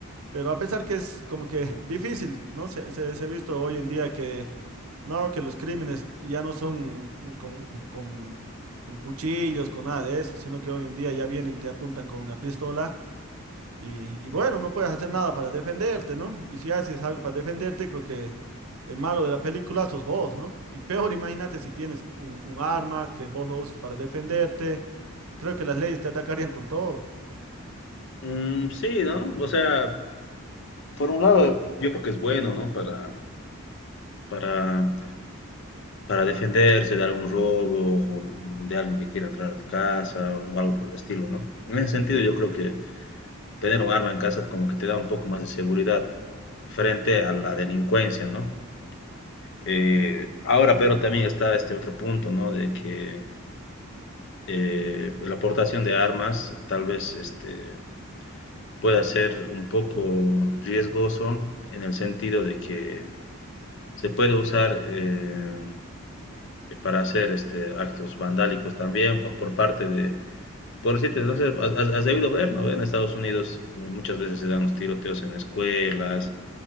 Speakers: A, on the right; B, on the left.
A: Pero a pesar que es como que <laughs> difícil, ¿no? Se, se, se ha visto hoy en día que, no, que los crímenes ya no son con, con, con cuchillos, con nada de eso, sino que hoy en día ya vienen, te apuntan con una pistola y, y bueno, no puedes hacer nada para defenderte, ¿no? Y si haces algo para defenderte, creo que el malo de la película sos vos, ¿no? Y peor, imagínate si tienes un, un arma que vos lo usas para defenderte, creo que las leyes te atacarían con todo.
B: Mm, sí, ¿no? O sea, por un lado, yo creo que es bueno, ¿no? Para, para para defenderse de algún robo o de alguien que quiera entrar a tu casa o algo por el estilo, ¿no? En ese sentido, yo creo que tener un arma en casa como que te da un poco más de seguridad frente a la delincuencia, ¿no? Eh, ahora, pero también está este otro punto, ¿no? De que eh, la aportación de armas tal vez este, pueda ser un poco riesgoso en el sentido de que se puede usar eh, eh, para hacer este, actos vandálicos también, o por parte de, por decirte, no sé, has, has has debido ver, ¿no? En Estados Unidos muchas veces se dan los tiroteos en escuelas,